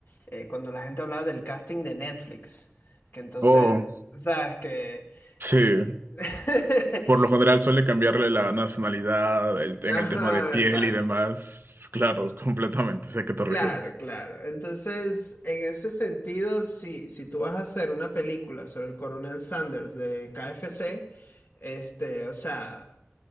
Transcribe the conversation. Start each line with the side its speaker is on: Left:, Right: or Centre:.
Left: eh, cuando la gente hablaba del casting de Netflix, que entonces,
Right: Oh,
Left: sabes que...
Right: sí.
Left: eh, <laughs>
Right: Por lo general suele cambiarle la nacionalidad el- en
Left: Ajá,
Right: el tema de piel
Left: exacto.
Right: y demás. Claro, <laughs> completamente. Sé a qué te
Left: Claro,
Right: refieres.
Left: claro. Entonces, en ese sentido, sí, si tú vas a hacer una película sobre el coronel Sanders de KFC, este, o sea,